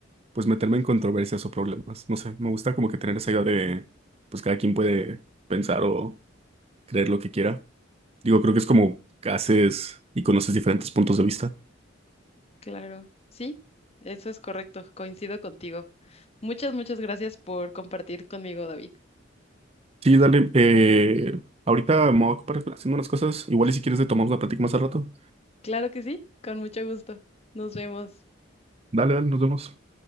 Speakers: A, on the right; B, on the left.
A: pues, meterme en controversias o problemas. No sé, me gusta como que tener esa idea de, pues, cada quien puede pensar o creer lo que quiera. Digo, creo que es como haces y conoces diferentes puntos de vista.
B: Claro, sí, eso es correcto, coincido contigo. Muchas, muchas gracias por compartir conmigo, David.
A: Sí, dale. eh, ahorita me voy a ocupar haciendo unas cosas. Igual y si quieres le tomamos la plática más al rato.
B: Claro que sí, con mucho gusto. Nos vemos.
A: Dale, dale, nos vemos.